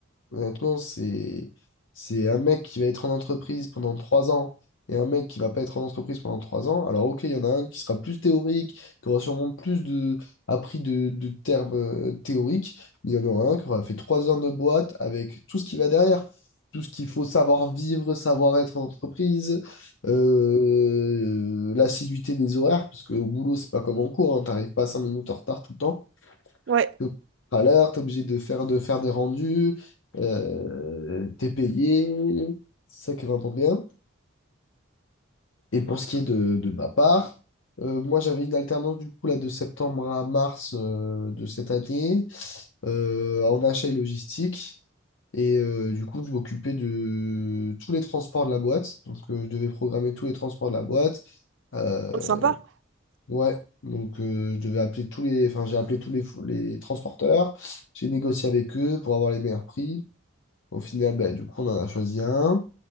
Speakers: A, on the left (about 65°); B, on the right (about 65°).
A: Honnêtement, c'est, c'est un mec qui va être en entreprise pendant trois ans et un mec qui va pas être en entreprise pendant trois ans. Alors, ok, il y en a un qui sera plus théorique, qui aura sûrement plus de, appris de, de termes euh, théoriques, mais il y en aura un qui aura fait trois heures de boîte avec tout ce qui va derrière. Tout ce qu'il faut savoir vivre, savoir être en entreprise, euh, l'assiduité des horaires, parce qu'au boulot, c'est pas comme en cours, hein, t'arrives pas cinq minutes en retard tout le temps
B: ouais,
A: t'es à l'heure, t'es obligé de faire, de faire des rendus, euh, t'es payé, c'est ça qui est vraiment bien. Et pour ce qui est de, de ma part, euh, moi j'avais une alternance du coup là de septembre à mars euh, de cette année euh, en achat et logistique. Et euh, du coup, je m'occupais de tous les transports de la boîte. Donc, euh, je devais programmer tous les transports de la boîte. Euh,
B: Oh, sympa.
A: Ouais, donc euh, je devais appeler tous les, enfin j'ai appelé tous les, fou- les transporteurs, j'ai négocié avec eux pour avoir les meilleurs prix. Au final, bah, du coup, on en a choisi un.